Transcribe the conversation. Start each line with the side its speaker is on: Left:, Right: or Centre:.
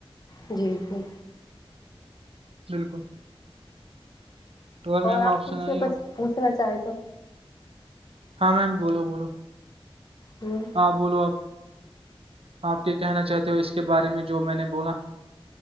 Left: جی جی
Right: بالکل میم
Left: اور آپ
Right: سنائیے
Left: پوچھیے کچھ
Right: آپ
Left: پوچھنا چاہیں تو
Right: ہاں میم بولو بولو
Left: ہوں
Right: ہاں بولو آپ آپ کیا کہنا چاہتے ہو اس کے بارے میں جو میں نے بولا